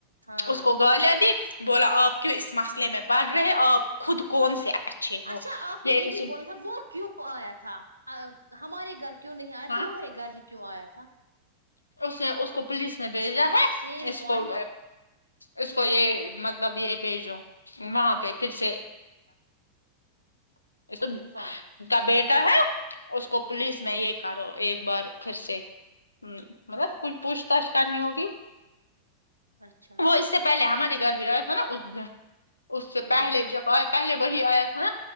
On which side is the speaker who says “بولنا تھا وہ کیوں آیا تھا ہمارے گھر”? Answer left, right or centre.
Right